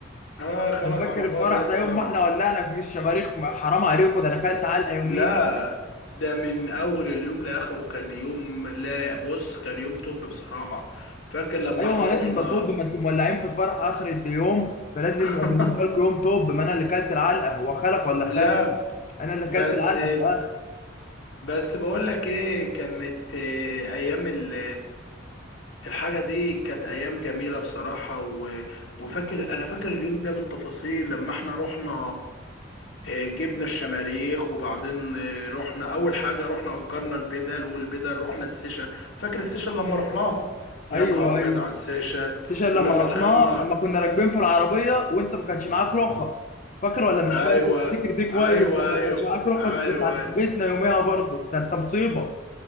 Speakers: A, on the left; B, on the left.
A: آه خالك
B: ده فاكر
A: عرفات
B: الفرح
A: يا اسطى
B: ده يوم
A: لم...
B: ما احنا ولعنا في الشماريخ حرام عليكم ده انا اكلت علقه يوميها
A: لا ده من أول اليوم لآخره كان يوم لا بص كان يوم توب بصراحة فاكر لما
B: ايوه
A: احنا
B: ما لازم
A: رحنا
B: يبقى طب ما انتم مولعين في الفرح اخر اليوم فلازم
A: <laughs>
B: يبقى بالنسبه لكم يوم طب ما انا اللي كلت العلقه هو خالك ولا
A: لا
B: خالي انا اللي
A: بس
B: كلت العلقه في الاخر
A: بس بقول لك ايه كانت آه، ايام ال الحاجة دي كانت أيام جميلة بصراحة و... وفاكر أنا فاكر اليوم ده بالتفاصيل لما احنا رحنا آه، جبنا الشماريخ وبعدين آه، رحنا أول حاجة رحنا أجرنا البدل والبدل رحنا السيشن فاكر السيشن لما رحناه يا
B: ايوه
A: نهار أبيض
B: ايوه
A: على السيشن
B: سيشن لما
A: ولما
B: رحناه
A: دخلنا
B: لما كنا راكبين في العربيه وانت ما كانش معاك رخص فاكر ولا مش
A: أيوه
B: فاكر؟ فاكر دي كويس
A: أيوه
B: لما
A: أيوه
B: ما كانش معاك رخص
A: أيوه
B: كنت هتحبسنا يوميها برضه ده انت مصيبه